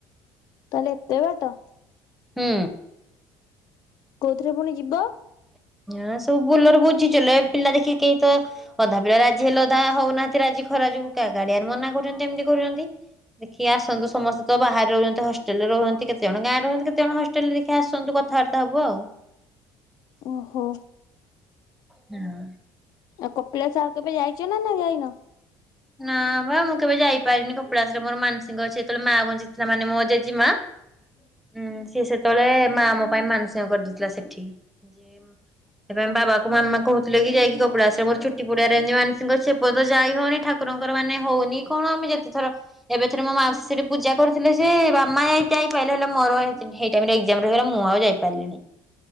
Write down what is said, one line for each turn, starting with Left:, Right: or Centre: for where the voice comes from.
Left: ତାହେଲେ ଏତେ ବାଟ
Centre: ହୁଁ
Left: କୋଉଥିରେ ପୁଣି ଯିବ
Centre: ହଁ ସବୁ ଭୁଲରେ ବୁଝିଚ ପିଲା ଦେଖି କେହି ତ ଅଧା ପିଲା ରାଜି ହେଲେ ଅଧା ହଉନାହାନ୍ତି ରାଜି ଖରା ଯୋଗ ଗାଡିଆରେ ମନା କରୁଛନ୍ତି ଏମିତି କରୁଛନ୍ତି ଦେଖିକି ଆସନ୍ତୁ ସମସ୍ତେ ତ ବାହାରେ ରହୁଛନ୍ତି ହଷ୍ଟେଲରେ ରହୁଛନ୍ତି କେତେ ଜଣ ଗାଁରେ ରହନ୍ତି କେତେ ଜଣ ହଷ୍ଟେଲରେ ଦେଖି ଆସନ୍ତୁ କଥାବାର୍ତ୍ତା ହବ ଆଉ।
Left: ଓହୋ
Centre: ହଁ
Left: ଆଉ କପିଳା ସା ଆଉ କେବେ ଯାଇଛ ନା ନା ଯାଇନ
Centre: ନା ବା ମୁଁ କେବେ ଯାଇପାରିନି କପଡ଼ାସରେ ମୋର ମାନସୀଙ୍କ ଅଛି ଯେତେବେଳେ ମା ଗଞ୍ଚିଥିଲା ମାନେ ମୋ ଜେଜେମା ହୁଁ ସେଷ ତଳେ ମା ମମ ପାଇଁ ମାନସଙ୍କ କରିଦେଇଥିଲା ସେଠି ଯେ ସେପାଇ ବାବା କ ମାମା କହୁଥିଲେ କି ଯାଇକି କପଡା ଆସିଲେ ମୋର ଛୁଟି ପଡିଆରେ ମାନସଙ୍କ ଛେପଦ ଯାଇ ହଉି ଠାକୁର ଠାକୁରଙ୍କର ମାନେ ହଉନି କଣ ଆମେ ଯେତେଥର ଏବେ ଥର ମୋ ମାଉରେ ପୂଜା କରୁଥିଲେ ସେ ବାାମା ଯ ଯାଇପାରିଲ ହେଲେ ମୋରାଇ ମୁଁ ଆଉ ଯାଇପାରିଲିଣି